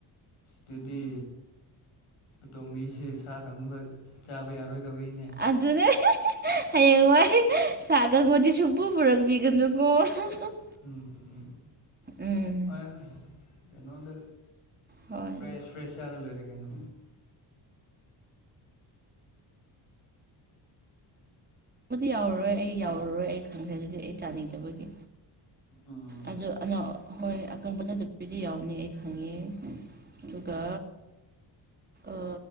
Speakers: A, on the left (about 85°); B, on the right (about 20°).
A: ꯗꯨꯗꯤ ꯑꯇꯣꯝꯕꯤꯁꯦ ꯁꯥ ꯀꯪꯕ ꯆꯥꯕ ꯌꯥꯔꯣꯏꯗꯧꯔꯤꯅꯦ
B: ꯑꯗꯨꯅꯦ ꯍꯌꯦꯡ ꯋꯥꯏ ꯁꯥꯑꯀꯪꯕꯗꯤ ꯁꯨꯛꯄꯨ ꯄꯨꯔꯛꯄꯤꯒꯅꯨꯀꯣ <unintelligible>
A: ꯎꯝ
B: ꯎꯝ
A: ꯍꯣꯏ ꯍꯣꯏ ꯀꯩꯅꯣꯗ
B: ꯍꯣꯏ
A: ꯐ꯭ꯔꯦꯁ ꯐ꯭ꯔꯦꯁ ꯑꯥꯔ ꯂꯩꯔꯦ ꯀꯩꯅꯣ
B: ꯃꯗꯤ ꯌꯥꯔꯔꯣꯏ ꯑꯩ ꯌꯥꯎꯔꯔꯣꯏ ꯑꯩ ꯈꯪꯖꯦ ꯑꯗꯨꯗꯤ ꯑꯩ ꯆꯥꯅꯤꯡꯗꯕꯒꯤ
A: ꯎꯝ
B: ꯑꯖꯨ ꯑꯅꯣ ꯍꯣꯏ ꯑꯀꯪꯕ ꯅꯠꯇꯕꯤꯗꯤ ꯌꯥꯎꯅꯤ ꯑꯩ ꯈꯪꯉꯦ ꯑꯗꯨꯒ ꯑ